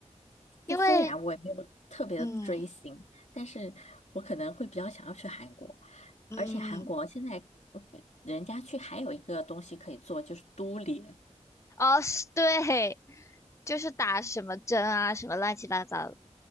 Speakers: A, on the left; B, on the left.
A: 但虽然我也没有特别的追星，
B: 因为嗯
A: 但是我可能会比较想要去韩国，
B: 嗯。
A: 而且韩国现在嗯人家去还有一个东西可以做，就是都联。
B: 哦，是对，就是打什么针啊，什么乱七八糟的。